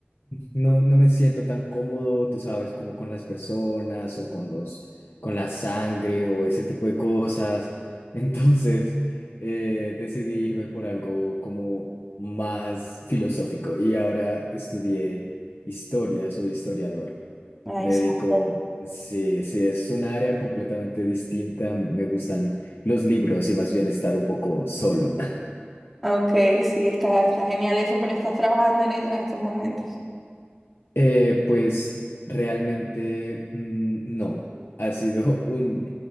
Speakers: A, on the left (about 70°); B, in the centre.
A: no, no me siento tan cómodo, tú sabes, como con las personas o con los, con la sangre o ese tipo de cosas. <laughs> Entonces, eh, decidí irme por algo como más filosófico y ahora estudié historia, soy historiador.
B: Ay,
A: Me
B: súper.
A: dedico, sí, sí, es un área completamente distinta. Me gustan los libros y más bien estar un poco solo.
B: Ok, sí, está, está genial eso, pero estás trabajando en eso en estos momentos.
A: Eh, pues realmente mm, no, ha sido <laughs> un,